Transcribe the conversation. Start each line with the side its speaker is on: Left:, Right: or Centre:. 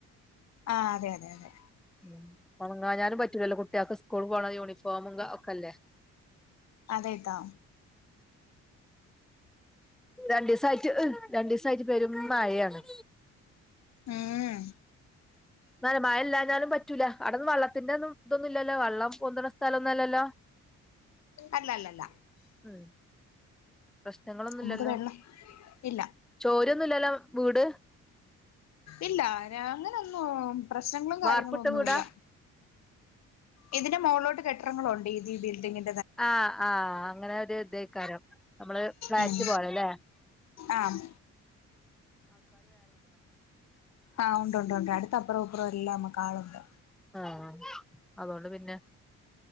Left: ആ അതെ അതെ അതെ
Centre: ഉ അങ്ങ ഞാനും പറ്റൂലല്ലോ കുട്ടികൾക്ക് സ്കൂൾ പോകണ യൂണിഫോമും ഒക്കെല്ലേ
Left: അതെതാ
Centre: രണ്ടണ്ട് ദിവസം ആയിട്ട് രണ്ടു ദിവസം ആയിട്ട് പേരും മഴയാണ്
Left: ഉം
Centre: നാലെ മഴല്ലാഞ്ഞാലും പറ്റൂല്ല അടന്നന്ന് വള്ളത്തിന്റെ ഒന്നും ഇതൊന്നുംല്ലല്ലോ വള്ളം പൊന്തണ സ്ഥലംന്നല്ലല്ലോ <inaudible>
Left: അല്ല അല്ലല്ല
Centre: ആം പ്രശ്നങ്ങളൊന്നുമല്ലല്ലോ
Left: നമുക്ക് വെള്ളം ഇല്ല
Centre: ചോരൊന്നുമല്ലല്ലോ വീട്
Left: ഇല്ല അങ്ങനെൊന്നും പ്രശ്നങ്ങളും കാര്യങ്ങളും
Centre: വാർപ്പിട്ട
Left: ഒന്നുമല്ല
Centre: വീടാ
Left: ഇതിന്റെ മുകളോട്ട് കെട്ടടങ്ങളണ്ട് ഇഈ ബിൽഡിന്
Centre: ആഹ ആഹ അങ്ങനെ ഒരു ഇതക്കാരം നമ്മള് ഫ്ലാറ്റ്പോലല്ലേ
Left: ഉം ആഹ് ആഹ് ഉണ്ട് ഉണ്ട് ഉണ്ട് അടുത്ത അപ്പറം അപ്പറം എല്ലാമകാളുണ്ട്
Centre: ആഹ അതുകൊണ്ട് പിന്നെ